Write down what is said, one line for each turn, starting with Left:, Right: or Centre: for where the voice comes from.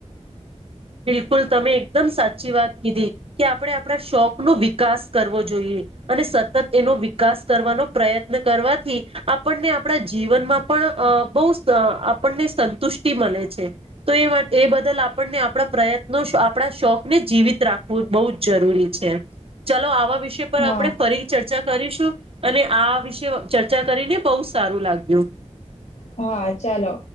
Right: બિલકુલ તમે એકદમ સાચી વાત કીધી કે આપણે આપણા શોખ નો વિકાસ કરવો જોઈએ. અને સતત એનો વિકાસ કરવાનો પ્રયત્ન કરવાથી આપણને આપણા જીવનમાં પણ અ બહુ આપણને સંતુષ્ટિ મળે છે તો એ બદલ આપને આપડા પ્રયત્નો આપણા શોખને જીવિત રાખવું બહુ જ જરૂરી છે ચલો આવા વિષય પર
Left: હા,
Right: આપણે ફરી ચર્ચા કરીશું અને આ વિશે ચર્ચા કરીને બહુ સારું લાગ્યું.
Left: હા ચાલો.